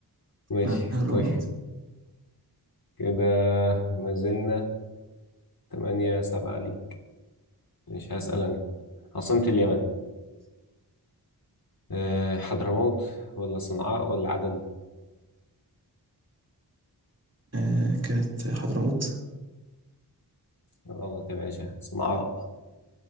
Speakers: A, on the left (about 60°); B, on the right (about 40°).
A: ماشي
B: آه، الرباط
A: طيب كده ما زلنا تمانية سبعة ليك مش هسأل أنا عاصمة اليمن أه حضرموت ولا صنعاء ولا عدن
B: آه كانت حضرموت
A: غلط يا باشا صنعاء